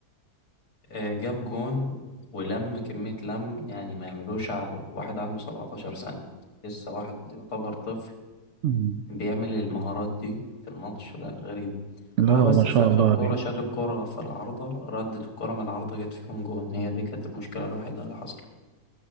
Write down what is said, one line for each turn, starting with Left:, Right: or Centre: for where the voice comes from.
Left: آه، جاب جون ولم كمية لم يعني ما يعملوش ع- واحد عنده 17 سنة لسه واحد يعتبر طفل
Right: مم.
Left: بيعمل المهارات دي في الماتش لا غريبة
Right: لا
Left: هو
Right: هو
Left: بس
Right: ما شاء
Left: في آخر
Right: الله
Left: كورة
Right: عليه
Left: شاط الكورة في العارضة ردت الكورة من العارضة جت فيهم جون هي دي كانت المشكلة الوحيدة اللي حصلت